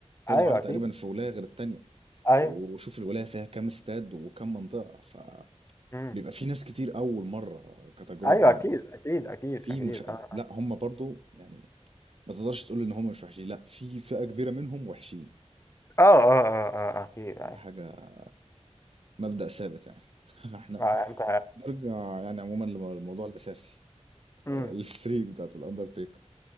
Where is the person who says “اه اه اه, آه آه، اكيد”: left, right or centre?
Left